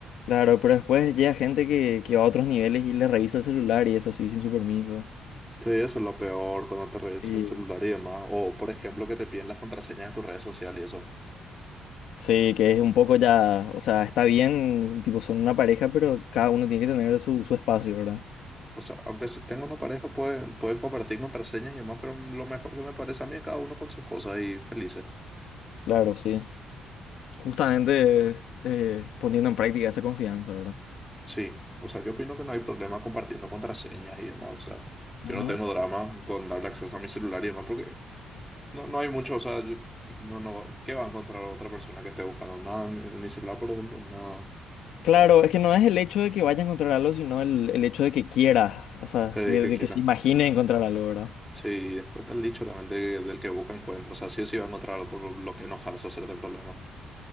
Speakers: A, on the left (about 80°); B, in the centre.
A: Claro, pero después llega gente que, que va a otros niveles y le revisa el celular y eso sí, sin su permiso.
B: Sí, eso es lo peor cuando te revisan
A: Sí.
B: el celular y demás. O, por ejemplo, que te piden las contraseñas de tus redes sociales y eso.
A: Sí, que es un poco ya, o sea, está bien, tipo, son una pareja, pero cada uno tiene que tener su, su espacio, ¿verdad?
B: O sea, aunque si tengo una pareja, pueden, pueden compartir contraseñas y demás, pero lo mejor que me parece a mí es cada uno con sus cosas y felices.
A: Claro, sí. Justamente eh, poniendo en práctica esa confianza, ¿verdad?
B: Sí, o sea, yo opino que no hay problema compartiendo contraseñas y demás. O sea, yo
A: Ujú.
B: no tengo drama con darle acceso a mi celular y demás, porque no, no hay mucho, o sea, yo- no, no, ¿qué va a encontrar otra persona que esté buscando? Nada, en mi, en mi celular, por ejemplo, nada.
A: Claro, es que no es el hecho de que vaya a encontrar algo, sino el, el hecho de que quiera, o sea,
B: Eh,
A: que-
B: que
A: de
B: quiera.
A: que se imagine encontrar algo, ¿verdad?
B: Sí, y después está el dicho también de- del que busca encuentro. O sea, sí o sí va a encontrar algo por lo que enojarse o hacerte problema.